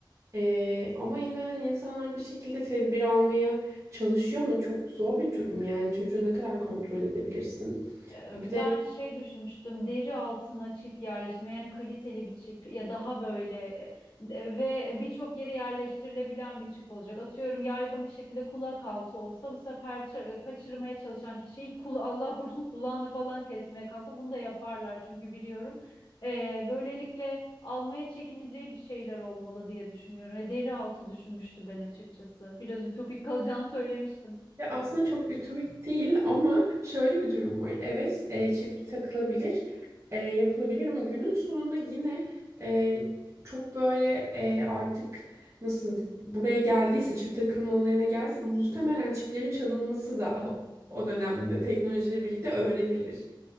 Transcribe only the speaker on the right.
E, ama yine hani insanlar bir şekilde tedbir almaya çalışıyor ama çok zor bir durum. Yani çocuğu ne kadar kontrol edebilirsin?
Bir de
Ya aslında çok ütopik değil ama şöyle bir durum var. Evet, e, çip takılabilir, e, yapılabilir ama günün sonunda yine e, çok böyle e, artık nasıl buraya geldiyse çip takılma olayına gelse muhtemelen çiplerin çalınması da o, o dönemde teknolojiyle birlikte öğrenilir.